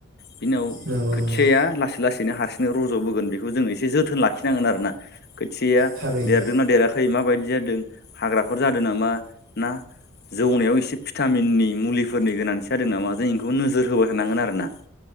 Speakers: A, on the left; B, on the right.
A: बिनि उनाव
B: नंगौ
A: खोथियाया
B: नंगौ
A: लासै लासैनो हारसिंनो रज'बोगोन बेखौ जों एसे जोथोन लाखिनांगोन आरोना। खोथिया
B: थारैनो
A: देरदों ना देराखै माबायदि जादों हाग्राफोर जादों नामा? ना जौनायाव एसे फिटामिननि मुलिफोरनि गोनांथि जादों नामा जों इखौ नोजोर होबाय थानांगोन आरोना।